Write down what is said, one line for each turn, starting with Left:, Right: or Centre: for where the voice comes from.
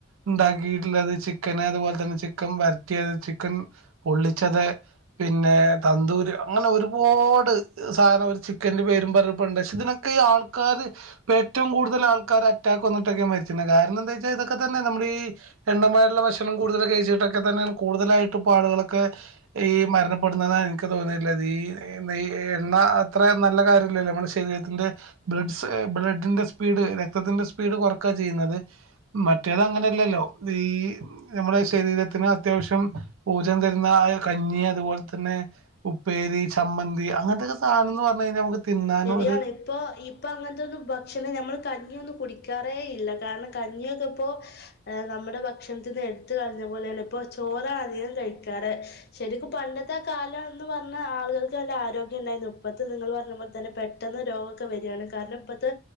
Right: ഉണ്ടാക്കിയിട്ടുള്ളത്. ചിക്കന് അതുപോലെ തന്നെ ചിക്കൻ വരറ്റിയത്, ചിക്കൻ പൊള്ളിച്ചത്, പിന്നെ തന്തൂര് അങ്ങനെ ഒരുപാട് സാധനം ഒരു ചിക്കന്റെ പേരും പറഞ്ഞുപ്പണ്ട്. ഇതിനൊക്കെ ഈ ആൾക്കാര് പ്പ ഏറ്റവും കൂടുതൽ ആൾക്കാര് അറ്റക്ക് വന്നിട്ടൊക്കെ മരിച്ച് ണത് കാരണം എന്താ വെച്ചാൽ ഇതൊക്കെ തന്നെ നമ്മടെ ഈ എണ്ണമയമുള്ള ഭക്ഷണം കൂടുതലൊക്കെ കഴിച്ചിട്ടൊക്കെ തന്നെയാണ് കൂടുതലായിട്ട് ഇപ്പൊ ആളുകളൊക്കെ ഈ മരണപ്പെടുന്നതാണ് എനിക്ക് തോന്നീല്ലത് ഈ നെ എണ്ണ അത്ര നല്ല കാര്യമല്ലല്ലോ നമ്മളെ ശ ശരീരത്തിന്റെ ബ്ലഡ്സ് ബ്ലഡിന്റെ സ്പീഡ് രക്തത്തിന്റെ സ്പീഡ് കുറക്ക ചെയ്യുന്നത് മറ്റേത് അങ്ങനെയല്ലല്ലോ ഈ നമ്മുടെ ശരീരത്തിന് അത്യാവശ്യം ഊർജം തരുന്ന കഞ്ഞി അതുപോലെ തന്നെ ഉപ്പേരി, ചമ്മന്തി അങ്ങനത്തെൊക്കെ സാധനംന്ന് പറഞ്ഞാ നമക്ക് തിന്നാനും
Left: അതാണ് ഇപ്പൊ ഇപ്പ അങ്ങൻത്തൊ ന്നു ഭക്ഷണം നമ്മള് കഞ്ഞിയൊന്നും കുടി ക്കാറെ ഇല്ല. കാരണം കഞ്ഞിയൊക്കെ ഇപ്പോ നമ്മുടെ ഭക്ഷണത്തിന്ന് എട്ത്ത് കളഞ്ഞ പോലെയാണ് ഇപ്പോ ചോറാണ് അധികം കഴിക്കാറ് ശെ രിക്കും പണ്ടത്തെ കാലന്ന് പറഞ്ഞാൽ ആള്കൾക്ക് ആരോഗ്യണ്ടായിനു ഇപ്പത്തെ നിങ്ങൾ പറ അത് പോലെ തന്നെ പെട്ടെന്ന് രോഗക്കെ വെര് ആണ്. കാരണം ഇപ്പത്തെ